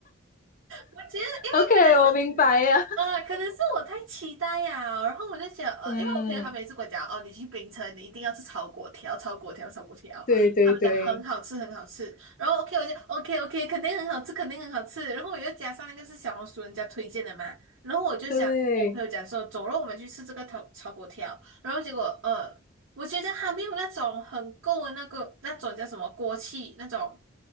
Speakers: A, on the right; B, on the left.
A: 我觉得因为可能是。
B: ？OK，我明白呀。<laughs>
A: 啊，可能是我太期待呀、然后我就想，呃，
B: 嗯，
A: 因为我朋友他每次跟我讲，哦，你去冰城，你一定要吃炒粿条，炒粿条，炒粿条，
B: 对对对
A: 他们讲很好吃，很好吃。然后 OK，我就 OK OK，肯定很好吃，肯定很好吃。然后我又加上那个是小红书人家推荐的嘛，然后我就想跟我朋友讲说，
B: 对，
A: 走了，我们去吃这个炒炒粿条。然后结果，呃，我觉得还没有那种很够的那个那种叫什么锅气那种。